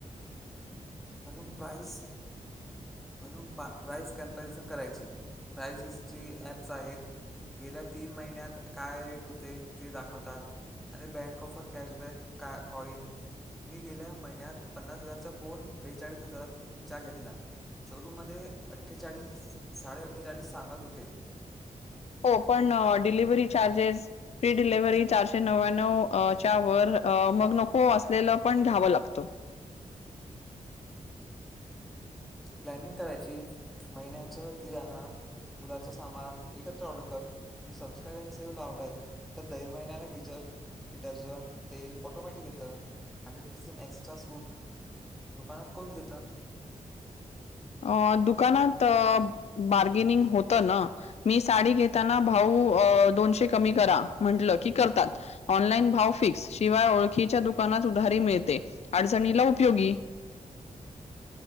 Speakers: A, in the centre; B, on the left.
A: म्हणून प्राइज म्हणून प्राइज कंपॅरिझन करायची प्राइज हिस्ट्री ॲप्स आहेत. गेल्या तीन महिन्यात काय रेट होते ते दाखवतात. आणि बँक ऑफर कॅशबॅक का-कॉइन मी गेल्या महिन्यात पन्नास हजारचा फोन बेचाळीस हजारात चा घेतला. शोरूम मध्ये अठ्ठेचाळीस, साडे अठ्ठेचाळीस सांगत होते.
B: हो पण डिलिव्हरी चार्जेस, फ्री डिलव्हरी चारशे नव्या्नव च्या वर मग नको असलेलं पण घ्यावं लागत.
A: प्लॅनिंग करायची. महिन्याच किराणा, मुलाच सामान एकत्र ऑर्डर कर. मी सबस्क्रान सेव लावलय तर दर महिन्याला डिजर डिटर्जंट, तेल ऑटोमॅटिक येतं हंड्रेड पर्सेंट एक्स्ट्रा सूट दुकानात कोण देत?
B: अ... दुकानात बार्गेनिंग होतं ना मी साडी घेताना भाऊ अं दोनशे कमी करा म्हटल की करतात ऑनलाईन भाव फिक्स, शिवाय ओळखीच्या दुकानात उधारी मिळते अडचणीला उपयोगी.